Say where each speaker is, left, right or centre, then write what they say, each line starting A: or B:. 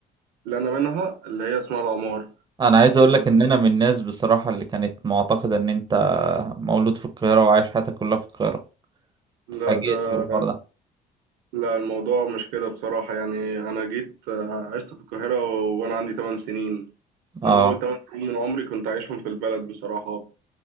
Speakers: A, on the right; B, on the right.
A: اللي انا منها اللي هي اسمها العمار
B: انا عايز اقول لك ان انا من الناس بصراحه اللي كانت معتقده ان انت مولود في القاهره وعايش حياتك كلها في القاهره
A: ولا
B: اتفاجئت
A: ده
B: بالحوار ده
A: لا الموضوع مش كده بصراحه يعني انا جيت آه، عشت في القاهره وانا عندي 8 سنين
B: اه
A: انما اول 8 سنين من عمري كنت عايشهم في البلد بصراحه